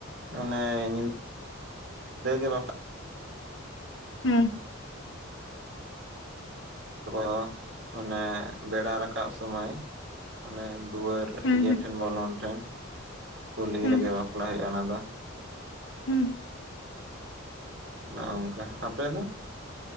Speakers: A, on the right (about 60°); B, on the left (about 60°).
A: ᱚᱱᱮ ᱧᱤᱫᱟᱹ ᱧᱤᱫ ᱜᱮ ᱵᱟᱯᱞᱟ
B: ᱦᱮᱸ ᱾
A: ᱛᱚ ᱚᱱᱮ ᱵᱮᱲᱟ ᱨᱟᱠᱟᱵ ᱥᱚᱢᱚᱭ ᱢᱟᱱᱮ ᱫᱩᱣᱟᱹᱨ
B: ᱦᱩᱸ
A: ᱤᱭᱟᱹ
B: ᱦᱩᱸ
A: ᱴᱷᱮᱱ ᱵᱚᱞᱚᱱ ᱴᱷᱮᱱ ᱠᱩᱞᱦᱤ
B: ᱦᱩᱸ
A: ᱨᱮᱜᱮ ᱵᱟᱯᱞᱟ ᱦᱩᱭᱩᱜᱼᱟ ᱚᱱᱟ ᱫᱚ ᱾
B: ᱦᱩᱸ ᱾
A: ᱱᱚᱜᱼᱚᱝ ᱠᱟ, ᱟᱯᱮ ᱫᱚ?